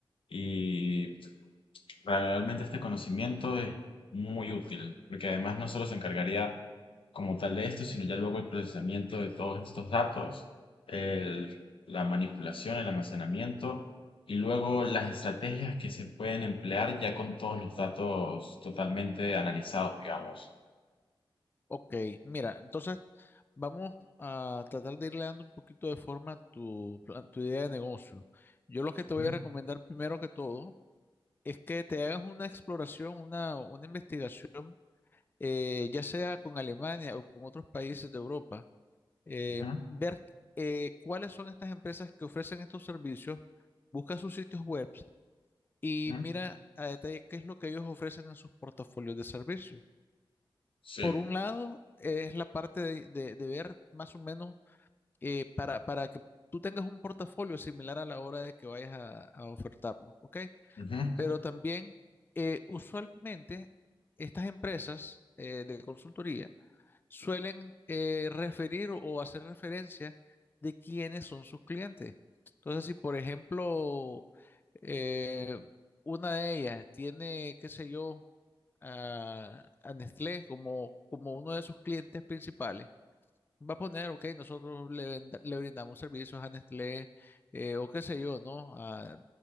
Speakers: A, on the left (about 75°); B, on the left (about 25°).
A: Y realmente este conocimiento es muy útil, porque además no solo se encargaría como tal de esto, sino ya luego el procesamiento de todos estos datos, el- la manipulación, el almacenamiento y luego las estrategias que se pueden emplear ya con todos los datos totalmente analizados, digamos.
B: Ok, mira, entonces vamos a tratar de irle dando un poquito de forma a tu, plan- tu idea de negocio. Yo lo
A: Ujú,
B: que te voy a recomendar primero que todo es que te hagas una exploración, una, una investigación, eh, ya sea con Alemania o con otros países de Europa, eh,
A: ujú,
B: ver eh, cuáles son estas empresas que ofrecen estos servicios, busca sus sitios web y
A: ujú.
B: mira a detalle qué es lo que ellos ofrecen en sus portafolios de servicios
A: Sí,
B: por un lado, es la parte de, de- de ver más o menos eh, para, para que tú tengas un portafolio similar a la hora de que vayas a, a ofertarlo, ¿ok?
A: ujú,
B: Pero también, eh, usualmente, estas empresas eh, de consultoría suelen eh, referir o hacer referencia de quiénes son sus clientes. Entonces, si por ejemplo, eh, una de ellas tiene, qué sé yo, a, a Nestlé como, como uno de sus clientes principales. Va a poner, ok, nosotros le, venda- le brindamos servicios a Nestlé eh, o qué sé yo, ¿no? A